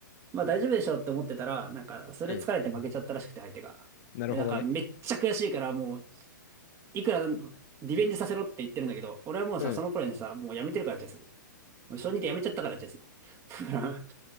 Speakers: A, on the right; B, on the left.
A: まあ大丈夫でしょって思ってたら、なんか、それ疲れて負けちゃったらしくて、
B: うん。
A: 相手が。
B: なるほどね。
A: で、なんか、めっちゃ悔しいから、もう、いくらリベンジさせろって言ってるんだけど、俺はもうさ、
B: うん。
A: その頃にさ、もうやめてるからチェス。もう小認でやめちゃったからチェス。だから、